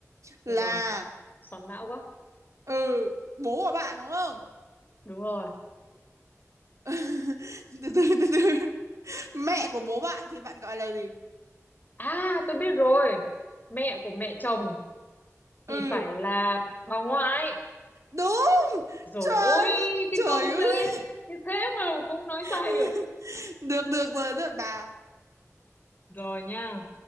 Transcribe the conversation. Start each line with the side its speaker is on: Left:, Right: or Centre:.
Right: là
Left: Thế rồi, xoắn não quá.
Right: ừ bố của bạn đúng không
Left: Đúng rồi.
Right: <laughs> từ từ từ từ mẹ của bố bạn thì bạn gọi là gì
Left: À, tôi biết rồi. Mẹ của mẹ chồng thì
Right: ừ
Left: phải là bà ngoại.
Right: đúng
Left: Rồi
Right: chuẩn
Left: ôi cái
Right: trời
Left: câu
Right: ơi
Left: dễ như thế mà cũng nói
Right: <laughs>
Left: sai được.
Right: được được rồi được bà
Left: Rồi nha.